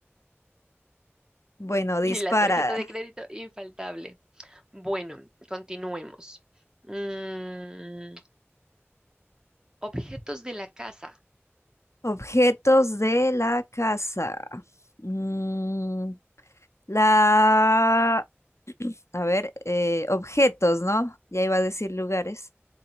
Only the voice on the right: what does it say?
Y la tarjeta de crédito infaltable. Bueno, continuemos. Mm, objetos de la casa.